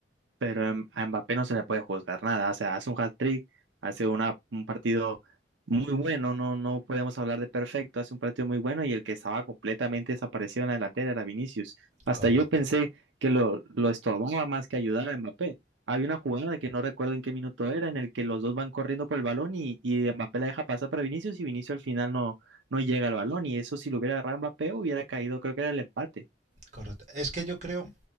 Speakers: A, on the right; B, on the right.
A: pero a M- a Mbappé no se le puede juzgar nada. O sea, hace un hat-trick, hace una, un partido muy bueno, no, no podemos hablar de perfecto, hace un partido muy bueno y el que estaba completamente desaparecido en la delantera era Vinicius. Hasta
B: correcto,
A: yo pensé que lo, lo estorbaba más que ayudar a Mbappé. Había una jugada que no recuerdo en qué minuto era, en el que los dos van corriendo por el balón y, y Mbappé la deja pasar para Vinicius y Vinicius al final no, no llega al balón. Y eso si lo hubiera agarrado Mbappé hubiera caído, creo que era el empate.
B: correcto. Es que yo creo